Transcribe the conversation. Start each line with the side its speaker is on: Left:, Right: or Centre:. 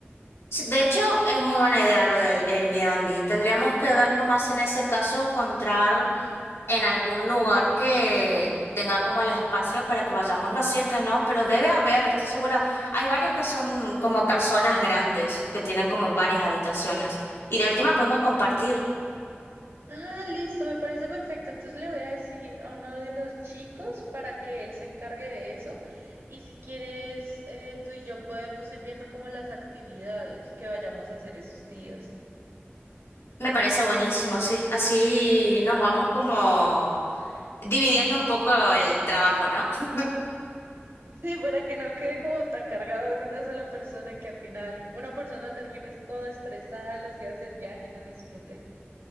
Left: Sí, De hecho, es muy buena idea lo del Airbnb. Tendríamos que ver nomás en ese caso encontrar. en algún lugar que tenga como el espacio para que vayamos los siete, ¿no? Pero debe haber, estoy segura. Hay varios que son como casonas grandes, que tienen como varias habitaciones. Y de última podemos compartir.
Right: Ah, listo, me parece perfecto. Entonces le voy a decir a uno de los chicos para que él se encargue de eso. Y si quieres, eh, tú y yo podemos ir viendo como las actividades que vayamos a hacer esos días. <laughs>
Left: Me parece buenísimo, sí. Así nos vamos como dividiendo un poco el trabajo, ¿no? <laughs>
Right: Sí, para que no quede como tan cargado en una sola persona y que al final una persona termine toda estresada los días del viaje y no disfrute.